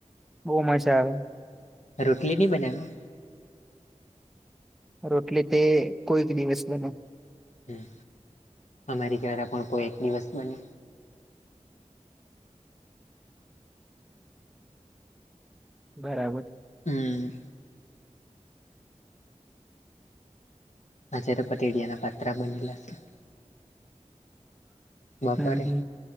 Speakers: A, in the centre; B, on the left.
A: બહુ મજા આવે.
B: રોટલી બી બનાવે?
A: રોટલે તે કોઈ બી દિવસ બને.
B: હમ્મ, અમારી ઘરે પણ કોઈ એક દિવસ બને.
A: બરાબર.
B: હમ્મ આજે તો પતળિયાના પાત્રા બન ગયા છે. બપોરે,
A: હમ હમ